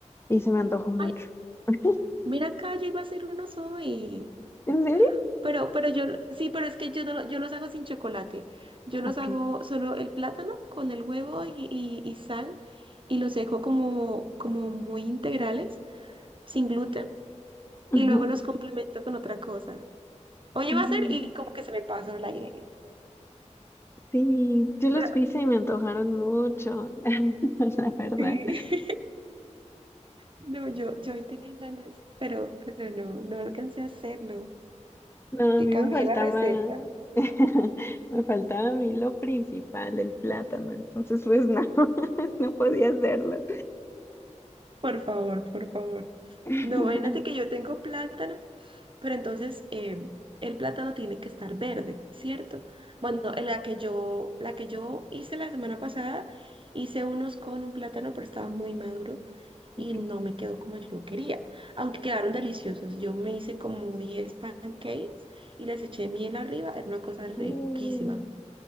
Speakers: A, on the left; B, on the right.
A: y se me antojó mucho.
B: Ay,
A: <laughs>
B: mira acá, yo iba a hacer unos hoy.
A: ¿En serio?
B: Pero, pero yo, sí, pero es que yo, no, lo- yo los hago sin chocolate. Yo
A: Ok.
B: los hago solo el plátano con el huevo y, y- y sal y los dejo como, como muy integrales, sin gluten,
A: Ujú.
B: y luego los complemento con otra cosa. Hoy
A: Mm,
B: iba a hacer y como que se me pasó la idea.
A: Sí, yo los
B: Pero
A: vi y se me antojaron mucho, <laughs> la verdad.
B: <laughs> sí. No, yo, yo hoy tenía ganas, pero, pero no, no alcancé a hacerlo.
A: No,
B: Que
A: a mí
B: cambié
A: me faltaba,
B: la receta.
A: <laughs> me faltaba a mí lo principal, el plátano, entonces pues no, <laughs> no podía hacerlo.
B: Por favor, por favor.
A: <laughs>
B: No, imagínate que yo tengo plátano, pero entonces eh, el plátano tiene que estar verde, ¿cierto? Bueno, en la que yo, la que yo hice la semana pasada, hice unos con un plátano, pero estaba muy maduro
A: Ok.
B: y no me quedó como yo quería, aunque quedaron deliciosos. Yo me hice como 10 pancakes y les eché miel arriba, era una cosa riquísima.
A: Mm,